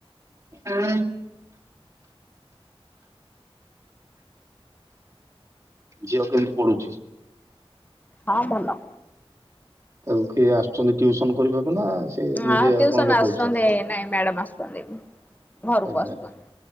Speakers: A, on the right (about 30°); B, on the left (about 15°).
A: ଆଁ। ଝିଅ କେମିତି ପଢ଼ୁଛି?
B: ହଁ, ଭଲ।
A: ତାକୁ କିଏ ଆସୁଛନ୍ତି ଟିଉସନ କରିବାକୁ ନା ସେ
B: ହଁ
A: ନିଜେ
B: ଟ୍ୟୁସନ
A: ଆପଣ ଦେଖଉଛନ୍ତି?
B: ଆସୁଛନ୍ତି ନାଇଁ ମ୍ୟାଡ଼ମ୍ ଆସୁଛନ୍ତି, ଘରକୁ
A: ଆଚ୍ଛା
B: ଆସୁଛନ୍ତି
A: ଆଚ୍ଛା